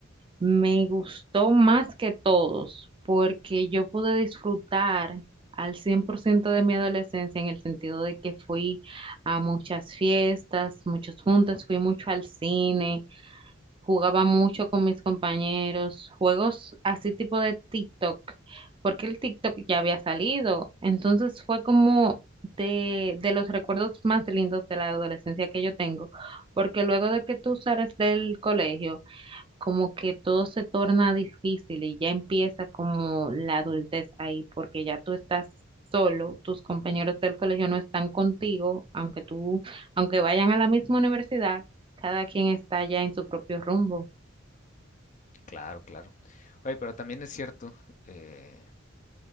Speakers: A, on the right; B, on the left.
A: me gustó más que todos porque yo pude disfrutar al 100% de mi adolescencia en el sentido de que fui a muchas fiestas, muchos juntas, fui mucho al cine Jugaba mucho con mis compañeros, juegos así tipo de TikTok, porque el TikTok ya había salido. Entonces fue como de, de los recuerdos más lindos de la adolescencia que yo tengo, porque luego de que tú sales del colegio, como que todo se torna difícil y ya empieza como la adultez ahí, porque ya tú estás solo, tus compañeros del colegio no están contigo, aunque tú, aunque vayan a la misma universidad, cada quien está ya en su propio rumbo.
B: Claro, claro. Oye, pero también es cierto, eh,